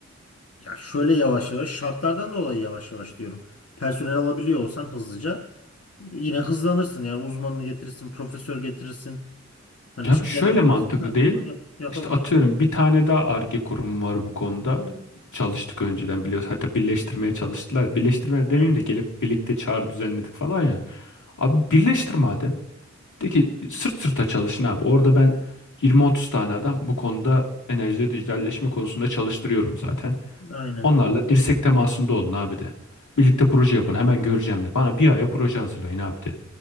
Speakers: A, on the left; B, on the left.
A: Ya şöyle yavaş yavaş şartlardan dolayı yavaş yavaş diyorum. Personel alabiliyor olsan hızlıca yine hızlanırsın yani uzmanını getirirsin, profesör getirirsin. Hani
B: Ya
A: bir şeyler
B: bu şöyle
A: yaparsın
B: mantıklı
A: da
B: değil.
A: onu yap yapamıyoruz
B: İşte atıyorum
A: onu.
B: bir tane daha Ar-Ge kurumu var bu konuda. Çalıştık önceden biliyoruz. Hatta birleştirmeye çalıştılar. Birleştirme demeyeyim
A: Aynen.
B: de gelip birlikte çağrı düzenledik falan ya. Abi birleştir madem. De ki sırt sırta çalışın abi. Orada ben 20-30 tane adam bu konuda enerjide dijitalleşme konusunda çalıştırıyorum zaten.
A: Aynen.
B: Onlarla dirsek temasında olun abi de. Birlikte proje yapın hemen göreceğim de. Bana bir aya proje hazırlayın abi de.